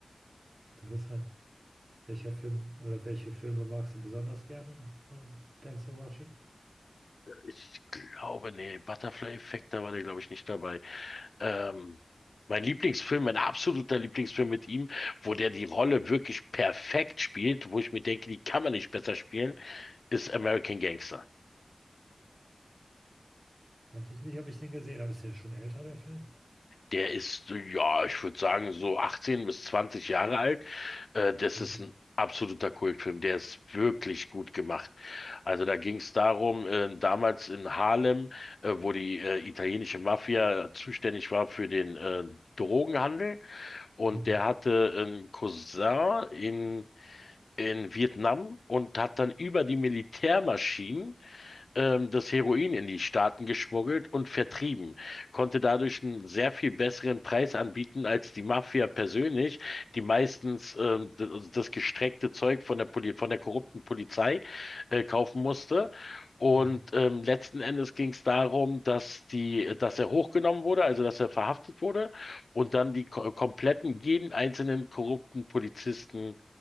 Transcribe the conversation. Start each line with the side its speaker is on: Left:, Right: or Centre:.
Right: Interessant. Welcher Film oder welche Filme magst du besonders gerne von Denzel Washington?
Left: Ich glaube, nee, Butterfly Effect, da war der, glaube ich, nicht dabei. Ähm, mein Lieblingsfilm, mein absoluter Lieblingsfilm mit ihm, wo der die Rolle wirklich perfekt spielt, wo ich mir denke, die kann man nicht besser spielen, ist American Gangster.
Right: Weiß ich nicht, ob ich den gesehen habe. Ist ja schon älter, der Film?
Left: Der ist, ja, ich würde sagen, so 18 bis 20 Jahre alt Äh, das
Right: Mhm.
Left: ist ein absoluter Kultfilm. Der ist wirklich gut gemacht. Also da ging es darum, äh, damals in Harlem, äh, wo die äh, italienische Mafia zuständig war für den äh, Drogenhandel und
Right: Mhm.
Left: der hatte einen Cousin in, in Vietnam und hat dann über die Militärmaschinen ähm, das Heroin in die Staaten geschmuggelt und vertrieben, konnte dadurch einen sehr viel besseren Preis anbieten als die Mafia persönlich, die meistens ähm, d- also das gestreckte Zeug von der Poli von der korrupten Polizei äh, kaufen musste. Und
Right: Mhm.
Left: ähm, letzten Endes ging es darum, dass die, dass er hochgenommen wurde, also dass er verhaftet wurde und dann die ko kompletten, jeden einzelnen korrupten Polizisten